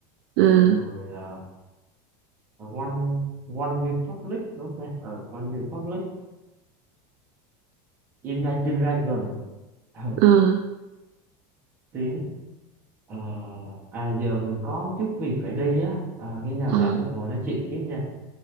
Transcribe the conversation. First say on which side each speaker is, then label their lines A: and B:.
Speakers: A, on the right; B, on the right.
A: ừ,
B: rồi uh, One One Republic đúng không ta? Ờ, One Republic Imagine Dragon Ờ,
A: ừ,
B: tiếng Ờ, à giờ mình có chút việc phải đi á à, khi nào
A: ừ.
B: rảnh lại ngồi nói chuyện tiếp nha